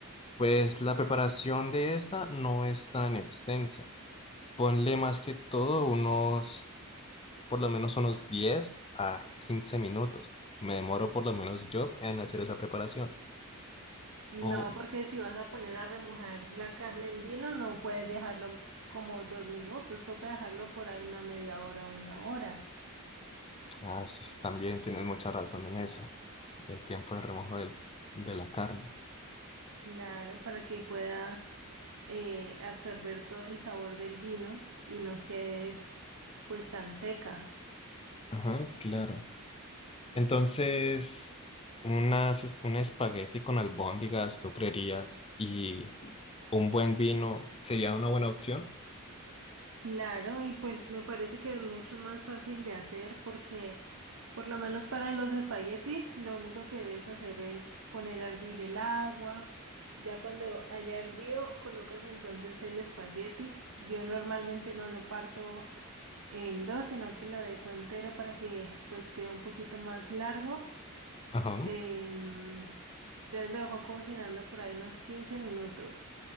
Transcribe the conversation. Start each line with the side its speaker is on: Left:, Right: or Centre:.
Left: Pues la preparación de esta no es tan extensa. Ponle más que todo unos, por lo menos unos 10 a 15 minutos. Me demoro por lo menos yo en hacer esa preparación.
Right: No,
Left: Oh,
Right: porque si vas a poner a remojar la carne en vino, no puedes dejarlo como dos minutos, toca dejarlo por ahí una media hora o una hora.
Left: ah, sí, también tienes mucha razón en eso. El tiempo de remojo del- de la carne.
Right: Claro, para que pueda eh, absorber todo el sabor del vino y no quede pues tan seca.
Left: Ajá, claro. Entonces, unas, un espagueti con albóndigas, ¿tú creerías? Y un buen vino sería una buena opción.
Right: Claro, y pues me parece que es mucho más fácil de hacer porque por lo menos para los espaguetis lo único que debes hacer es poner a hervir el agua. Ya cuando haya hervido, colocas entonces el espagueti. Yo normalmente no lo parto en dos, sino que lo dejo entero para que pues quede un poquito más largo.
Left: Ajá,
Right: Em, entonces lo dejo cocinando por ahí unos 15 minutos.